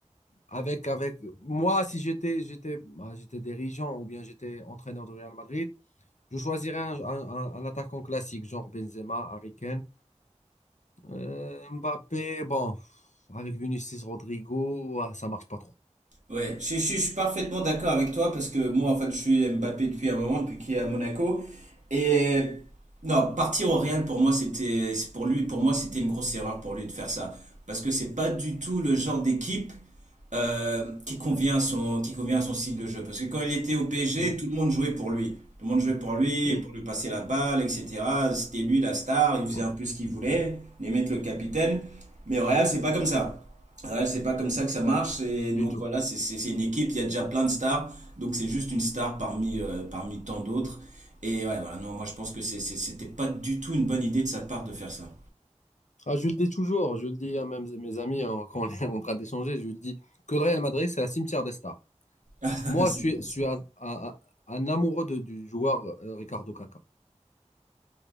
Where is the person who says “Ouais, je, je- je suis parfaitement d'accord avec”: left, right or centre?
Right